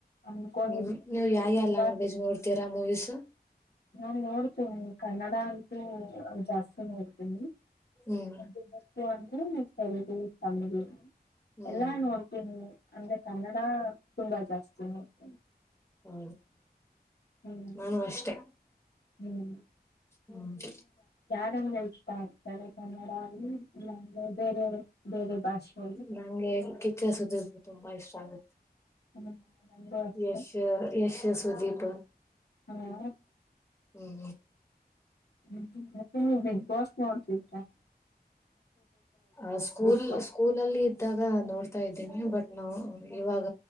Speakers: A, on the left; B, on the left.
A: ಅನ್ಕೊಂಡಿದೀನಿ
B: ಹ್ಮ್ ನೀವು
A: ತುಂಬ
B: ಯಾವ ಯಾವ
A: ತುಂಬಾ
B: ಲ್ಯಾಂಗ್ವೇಜ್ ನೋಡ್ತೀರಾ ಮೂವೀಸು
A: ನಾನ್ ನೋಡ್ತೀನಿ ಕನ್ನಡ ಅಂತೂ ಜಾಸ್ತಿ ನೋಡ್ತೀನಿ
B: ಹ್ಮ್
A: ಹ <unintelligible> ತೆಲುಗು ತಮಿಳ್ <unintelligible>
B: ಹ್ಮ್
A: ಎಲ್ಲಾ ನೋಡ್ತೀನಿ ಅಂದ್ರೆ ಕನ್ನಡ ತುಂಬಾ ಜಾಸ್ತಿ ನೋಡ್ತೇನೆ
B: ಹ
A: ಹ್ಮ್
B: ನಾನು ಅಷ್ಟೆ
A: ಹ್ಮ್
B: ಹ್ಮ
A: ಚೆ ಇಷ್ಟ ಆಗ್ತದೆ ಕನ್ನಡ <unintelligible> ಬೇರೆ ಬೇರೆ ಭಾಷೆಯಲ್ಲಿ
B: ನಂಗೆ ಕಿಚ್ಚ ಸುದೀಪ್ ತುಂಬಾ ಇಷ್ಟ ಆಗುತ್ತೆ
A: ಹ್ಮ್ ನಂಗೂ ಅಷ್ಟೇ
B: ಯಶ ಯಶ್ ಸುದೀಪ್
A: ಹ್ಮ
B: ಹ್ಮ್
A: ಹ್ಮ್ ಮತ್ತೆ ನೀ ಬಿಗ್ ಬಾಸ್ ನೋಡ್ತ
B: ಆ ಸ್ಕೂಲ್
A: ಬಿಗ್ ಬಾಸ್
B: ಸ್ಕೂಲಲ್ಲಿ ಇದ್ದಾಗ ನೋಡ್ತಾ ಇದ್ದೀನಿ ಬಟ್ ನಾವು ಇವಾಗ